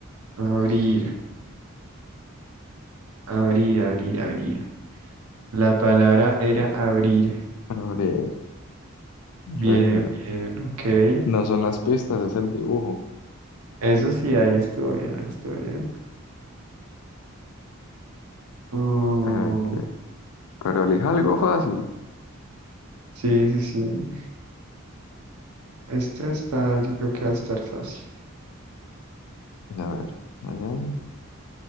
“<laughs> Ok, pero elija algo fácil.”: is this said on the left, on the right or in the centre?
Left